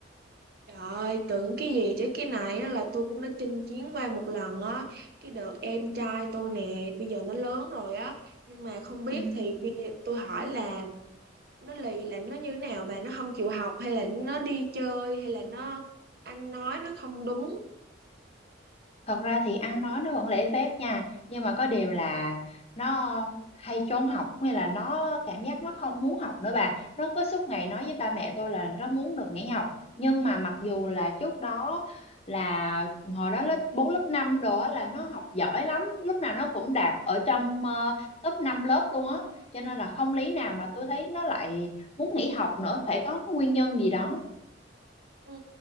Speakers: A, on the right; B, on the left.
A: Trời ơi, tưởng cái gì chứ cái này á là tôi cũng đã chinh chiến qua một lần á Cái đợt em trai tôi nè, bây giờ nó lớn rồi á Nhưng mà không biết
B: Ừ.
A: thì bây giờ tôi hỏi là nó lì là nó như thế nào bà Nó không chịu học hay là nó đi chơi hay là nó ăn nói nó không đúng
B: Thật ra thì ăn nói nó vẫn lễ phép nha Nhưng mà có điều là nó hay trốn học Nghĩa là nó cảm giác nó không muốn học nữa bà Nó cứ suốt ngày nói với ba mẹ tôi là nó muốn được nghỉ học Nhưng mà mặc dù là trước đó là hồi đó lớp 4 lớp 5 đồ á là nó học giỏi lắm Lúc nào nó cũng đạt ở trong ờ, top 5 lớp luôn á Cho nên là không lý nào mà tôi thấy nó lại muốn nghỉ học nữa Phải có nguyên nhân gì đó
A: Ừ,